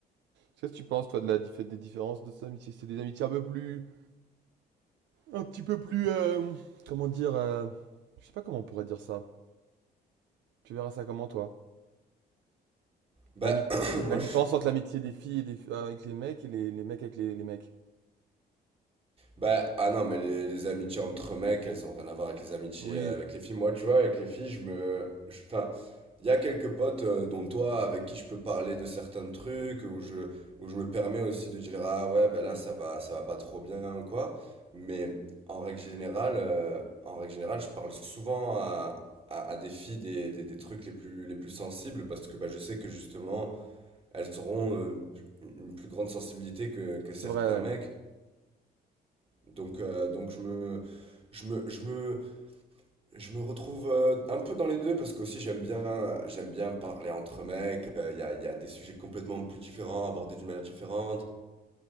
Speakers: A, on the right (about 80°); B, on the right (about 30°).
A: Qu'est-ce que tu penses, toi, de la dif- des différences de ces amitiés C'est des amitiés un peu plus. Un petit peu plus. euh, comment dire euh, Je sais pas comment on pourrait dire ça. Tu verras ça comment, toi?
B: Bah,
A: L'ami-
B: <clears throat> moi
A: La différence
B: je suis.
A: entre l'amitié des filles et des... avec les mecs et les, les mecs avec les... les mecs.
B: Bah, ah non, mais les, les amitiés entre mecs, elles ont rien à voir avec les amitiés
A: Oui,
B: euh, avec les filles. Moi, tu vois, avec les filles, je me. je- Enfin, il y a quelques potes, euh, dont toi, avec qui je peux parler de certains trucs, où je, où je me permets aussi de dire, ah ouais, bah là, ça va, ça va pas trop bien ou quoi. Mais en règle générale, euh, en règle générale, je parle souvent à, à, à des filles des, des, des trucs les plus, les plus sensibles parce que bah, je sais que justement. elles auront euh, une plus grande sensibilité que, que
A: c'est
B: certains
A: vrai, ouais.
B: mecs. Donc, euh, donc je me, je me, je me, je me retrouve euh, un peu dans les deux parce qu'aussi j'aime bien, j'aime bien parler entre mecs. Euh, Il y a, y a des sujets complètement plus différents, abordés d'une manière différente.